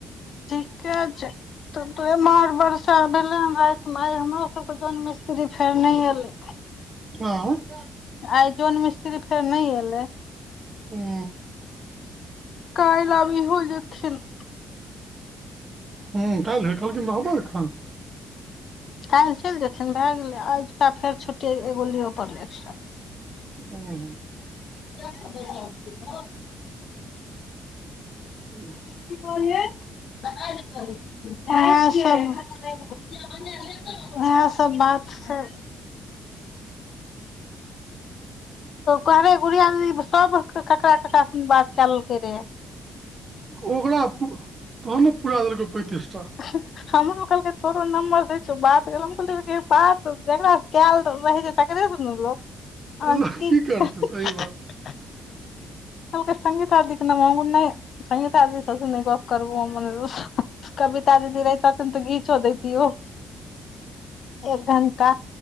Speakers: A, on the left (about 55°); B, on the right (about 40°).
A: ठीके छै तब तऽ उहे मार बरस चा भेलेय हमरो सब के जन मिस्त्री फेर नहि एले।
B: आय
A: आइ जौन मिस्त्री फेर नहि एले।
B: हू
A: कायल्ह आब इहो जेथिन।
B: हू काल्हि भेढलखिन तऽ कहलखिन रहबय अखन
A: काल्हि चलि जेथिन भए गेलै आजुका फेर छुट्टी एगो ले पड़लै एक्स्ट्रा।
B: हू
A: कि सब भेजने हथि हो?
B: <unintelligible>
A: कि कहलिए? बनाबे कहलीय भुजिया बन गेले? अच्छा। उएहसभ बात छै। कहे गुड़िया दीदी सब ककरा ककड़ा सऽ बात कऽ लेलकै रहे।
B: ओकरा प तहनो ने पुरा देलकै पैंतीस टा।
A: <unintelligible> हमरो कहलकै तोरो नंबर दय छियो बात हम कहलिए बात जेकरा से कैल रहे तेकरे से ना करबै। अहाँ
B: अल्लाह
A: की
B: करतै
A: सब
B: सही
A: आ
B: बात
A: आ आ कहलक संगीता दीे से न मंग नहि सीता आदी गप करबो अनेरो सऽ कविता दीदी रह तथिन रै तऽ घीचो देतीओ रै एक घण्टा।